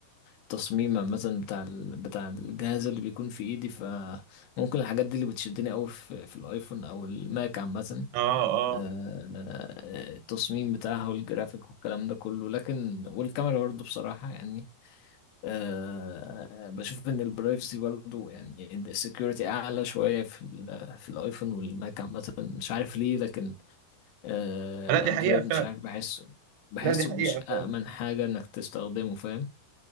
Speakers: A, on the left; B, on the right.
A: التصميم عامه بتاع ال- بتاع الجهاز اللي بيكون في ايدي فممكن الحاجات دي اللي بتشدني قوي في, في الايفون او الماك عامه
B: اه اه
A: آه، التصميم بتاعها والجرافيك والكلام ده كله لكن والكاميرا برضو بصراحه يعني آه، بشوف ان البرايفسي برضو يعني السكيورتي اعلى شويه في ال- في الايفون والماك عامه مش عارف ليه لكن آه
B: لا
A: الاندرويد
B: دي حقيقه فعلا
A: مش عارف بحسه بحسه
B: لا دي حقيقه
A: مش
B: فعلا
A: أأمن
B: آه.
A: حاجة انك تستخدمه فاهم